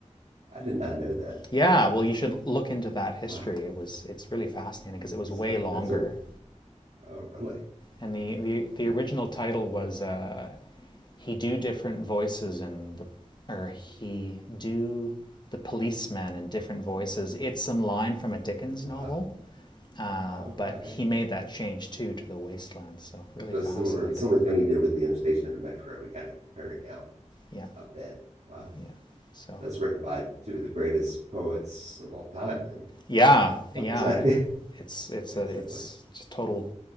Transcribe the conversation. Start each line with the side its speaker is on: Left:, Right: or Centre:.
Right: I did not know that.
Left: Yeah, well, you should look into that history.
Right: Wow.
Left: It was. It's really fascinating because it was
Right: So
Left: way
Right: that,
Left: longer.
Right: that's a oh, really
Left: And the the the original title was uh, he do different voices in the or he do the policeman in different voices. It's some line from a Dickens
Right: wow.
Left: novel, uh,
Right: Okay.
Left: but he made that change too to the wasteland. So really
Right: So
Left: fascinating.
Right: similar similar thing you did with the Interstation and the Metro, we kind of pared it down
Left: Yeah,
Right: a bit. Wow.
Left: yeah. So.
Right: So that's written by two of the greatest poets of all time. Then
Left: Yeah, yeah.
Right: Well, is that <laughs> yeah,
Left: It's it's
Right: basically?
Left: a it's just total